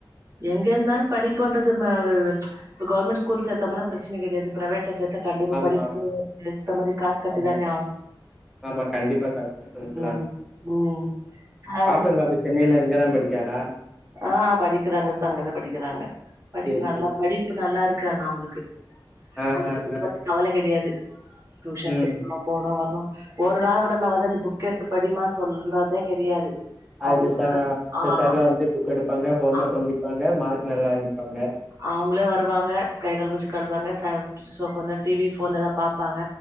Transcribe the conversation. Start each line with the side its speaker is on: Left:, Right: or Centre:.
Right: எங்க இருந்தால படிப்புன்றது ஆ கவர்மெண்ட் ஸ்கூல் சேத்தம்ன்னா பிரச்சன கெடையாது பிரைவேட்ல சேத்தா கண்டிப்பா
Centre: ஆமா
Right: படிப்பு ஏத்த மாரி காஸ் கட்டி
Centre: ஆமா
Right: தானே ஆன்
Centre: ஆமா கண்டிப்பா காஸ் கட்டிதா
Right: ம் ம் அது
Centre: பாப்பா சென்னையில எங்கதா படி கேளா
Right: ஆ படிக்கிறாங்க அங்கதா படிக்கிறாங்க படிக்க
Centre: சேரி
Right: நல்லா
Centre: சேரி
Right: படிப்பு நல்லா இருக்கு ஆனா அவுங்களுக்கு
Centre: ஆ
Right: பொதுவா
Centre: ஆ
Right: இத
Centre: ஆ
Right: பத்தி கவல கெடையாது டியூஷன்
Centre: ம்
Right: சேக்கணும் போனோ வருணோ ஒரு நாள் கூட நா வந்து நீ புக் எடுத்து படிமா சொல்றதே கெடையாது
Centre: அது
Right: அவங்களு
Centre: ச
Right: வரு ஆஹா
Centre: சார்லா வந்து புக் எடுப்பாங்க ஹோமருக்கு
Right: அ
Centre: முடிப்பாங்க மார்க் நல்லா எடுப்பாங்க
Right: அவங்களே வருவாங்க ஸ்கை கால் மூஞ்சி கழுவாங்க கொஞ்ச நேரோ டி வி ஃபோனு ஏதா பாப்பாங்க